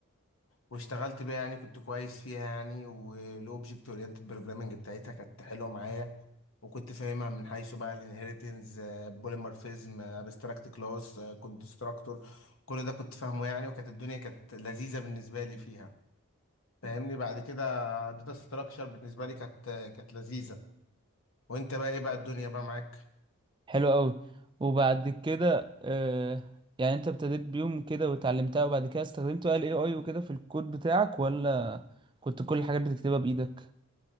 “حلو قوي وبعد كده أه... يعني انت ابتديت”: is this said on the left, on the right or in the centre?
Right